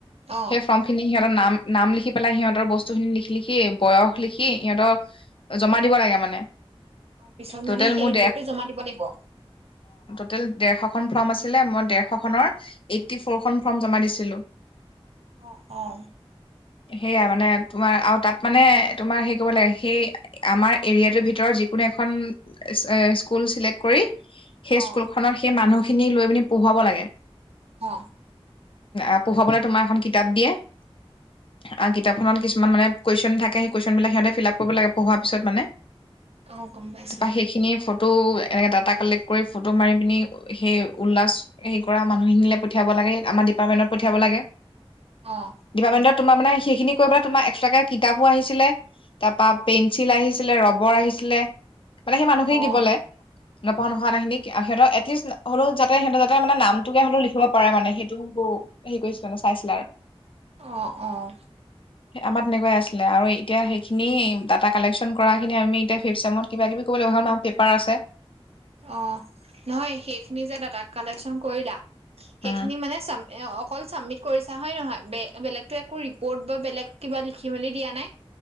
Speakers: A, on the right; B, on the left.
A: অ',
B: সেই ফৰ্ম খিনি সিহঁতৰ নাম নাম লিখি পেলাই সিহঁতৰ বস্তুখিনি লিখ লিখি বয়স লিখি সিহঁতৰ জমা দিব লাগে মানে
A: অ পিছত
B: টোটেল
A: মানে সেই
B: মোৰ
A: ৰিপৰ্টটো জমা দিব লাগিব
B: টোতেল ডেৰশ খন ফৰ্ম আছিলে মই ডেৰশ খনৰ এইটটি ফ'ৰ খন ফৰ্ম জমা দিছিলো
A: অ অ
B: সেয়াই মানে তোমাৰ আও তাত মানে তোমাৰ হেৰি ক'ব লাগে সেই আমাৰ এৰিয়াটোৰ ভিতৰত যিকোনো এখন স্কুল চিলেক্ট কৰি সেই
A: অ',
B: স্কুল খনৰ সেই মানুহ খিনি লৈ পিনি পঢ়োব লাগে
A: অ
B: আ পঢ়োবলে তোমাৰ এখন কিতাপ দিয়ে আহ কিতাপখনত কিছুমান মানে কোৱেশ্যন থাকেই কোৱেশ্যন বিলাকি সিহঁতে মানে ফিলাপ কৰিব লাগে পঢ়োৱা পিছত মানে
A: অহ গম পাইছো
B: বা সেইখিনি ফটো এনেকে ডাটা কালেক্ট কৰি ফটো মাৰি পিনি সেই উল্লাস হেৰি কৰা মানুহখিনিলৈ পঠিয়াব লাগে আমাৰ ডিপাৰ্টমেণ্টত পঠিয়াব লাগে।
A: অ',
B: ডিপাৰ্টমেণ্টত তোমাৰ মানে সেই খিনি কৈ পাই তোমাৰ একট্ৰাকে কিতাপো আহিছিলে তাপা পেঞ্চিল আহিছিলে ৰবৰ আহিছিলে মানে সেই মানুহখিনিক
A: অ',
B: দিবলে নপঢ়া নোহোৱা মানুহখিনিক সিহঁতৰ এটলিষ্ট হলেও যাতে সিহতে যাতে মানে নামটোকে হলেও লিখিব পাৰে মানে সেইটোকে হো হেৰি কৰিছিলে মানে চাইছিলা আৰু
A: অঁ অঁ
B: আমাৰ তেনেকুৱাই আছে ছিল আৰু এতিয়া সেইখিনি ডাটা কালেকশ্যন কৰা আমি এতিয়া ফিফট চেমট কিবা কিবি কৰিব লাগিব <unintelligible> পেপাৰ আছে
A: অঁ, নহয় সেইখিনি যে দাতা কালেকচন কৰিলা সেইখিনি
B: উম
A: মানে চাম অকল চাবমিট কৰিছা হয় নহয়, বে বেলেগটো একো ৰিপৰ্ট কিবা লিখিবলৈ দিয়া নাই?